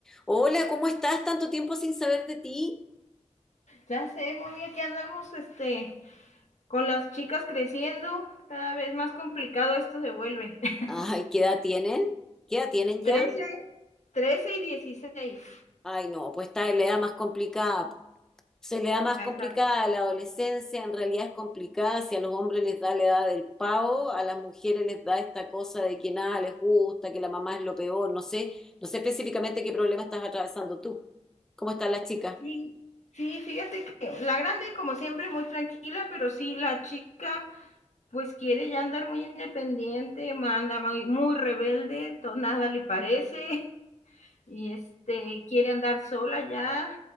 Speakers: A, in the centre; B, on the left.
A: Hola, ¿cómo estás? Tanto tiempo sin saber de ti.
B: Ya sé, muy bien que andamos este, con las chicas creciendo, cada vez más complicado esto se vuelve. <laughs>
A: Ay, ¿qué edad tienen? ¿Qué edad tienen
B: 13,
A: ya?
B: 13 y 16.
A: Ay, no, pues está en la edad más complicada. po. Se le da más
B: Ahí
A: complicada
B: está.
A: la adolescencia, en realidad es complicada. Si a los hombres les da la edad del pavo, a las mujeres les da esta cosa de que nada les gusta, que la mamá es lo peor. No sé, no sé específicamente qué problema estás atravesando tú. ¿Cómo están las chicas?
B: Sí, sí, fíjate que la grande, como siempre, muy tranquila, pero sí, la chica, pues quiere ya andar muy independiente, manda muy, muy rebelde, todo, nada le parece, y este, quiere andar sola ya,